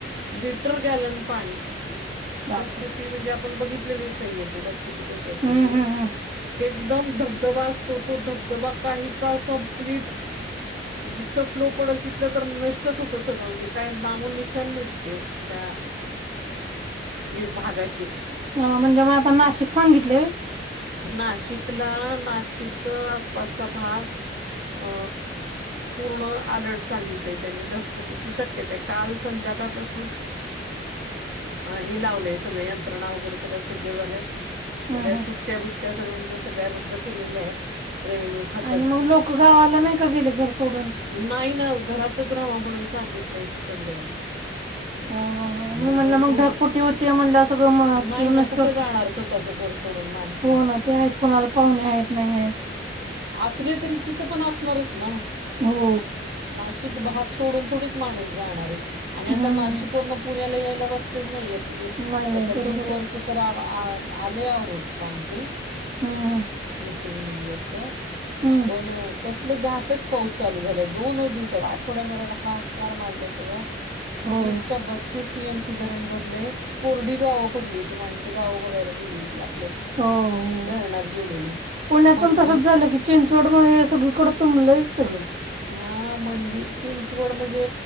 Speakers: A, on the right; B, on the right.
A: लिटर गॅलन पाणी
B: बापरे
A: गपुटी म्हणजे आपण बघित नाही येते ढगपुटी कशी असते
B: हम्म
A: ती
B: हम्म हम्म
A: एकदम धबधबा असतो तो धबधबा काही काळ कं्प्लीट जिथो फ्लोट पडेल तिथलं तर नष्टच होतं सगळं म्हणजे काय नामून निशान मिटते त्या विभागाची
B: अ म्हणजे म आता नाशिक सांगितले
A: नाशिकला नाशिक आसपासचा भाग अ पूर्ण आलर्ट सांगितलेय त्यांनी ढगपुटीची शक्यता आहे काल संध्याकाळपासून <unintelligible> <inaudible> ह हे लावलंय सगळे यंत्रणा वगैरे सगळ्या सज्ज झाल्यात
B: हम्म
A: सगळ्या
B: हम्म
A: सुट बिट्ट्या बिट्या सगळ्यांच्या सगळ्या रद्द केलेल्या आहेत रेव्हेन्यू खात
B: आणि मग लोक गावाला नाही का गेले घर सोडून
A: नाही ना घरातच राहावा म्हणून सांगितलंय तिकडलं
B: ह हा ह
A: हं,
B: मी
A: घर
B: म्हणलं मग
A: सोडून
B: ढगपोटी होते म्हणलं अस गं म
A: नाही
B: तिथलं
A: ना
B: नष्ट
A: कुठं
B: होते
A: जाणार स्वतःचं घर सोडून माणसं
B: हो ना ते आज कोणाला पाहुणे आहेत नाही आहेत
A: असले तरी तिथं पण असणारच ना
B: हो
A: नाशिक भाग सोडून थोडीच माणूस जाणार आहे आणि
B: हम्म
A: आता नाशिकन पुण्याला यायला रस्त नाहीेत
B: नाही आहेत
A: त्या लिंक
B: बरोबर
A: वरच
B: आहे
A: तर आलं आवरत काम ते
B: हम्म हम्म
A: मिसिंग लिंकवररच
B: हम्म
A: पण कसल घातक पाऊस चालू झालाय दोन दिवसात आठवड्याभरात हा कार माजलं सगळं
B: हो
A: तीस का बत्तीस टीएमसी धरण भरले कोरडी गावं पडली होती माणसं गावं बघायला गेली होती आपली आपली
B: हो
A: धरणात
B: हो
A: गेलेली
B: पुण्यात
A: मंदी
B: पण तसंच झालं की चिंचवड मध्ये हे सगळीकड तुंबलं सगळं
A: हा मंदिर चिंचवड म्हणजे